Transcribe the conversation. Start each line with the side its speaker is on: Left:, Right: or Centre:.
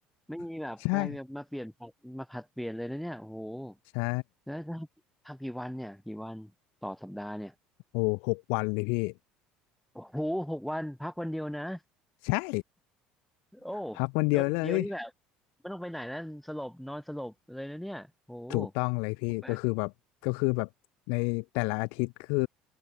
Centre: ไม่มีแบบไปแบบมาเปลี่ยนผัดมาผัดเปลี่ยนเลยนะเนี่ยโอ้โห
Left: <laughs> ใช่ใช่
Centre: แล้วถ้าทำกี่วันเนี่ยกี่วันต่อสัปดาห์เนี่ย
Left: โอ้หกวันเลยพี่
Centre: โอ้โหหกวันพักวันเดียวนะ
Left: ใช่
Centre: โอ้
Left: พักวันเดียวเลย
Centre: โดนเดียวนี่แบบไม่ต้องไปไหนแล้วสลบนอนสลบเลยนะเนี่ยโอ้โห
Left: ถูกต้องเลยพี่ก็คือแบบก็คือแบบในแต่ละอาทิตย์คือ
Centre: ถูกไหม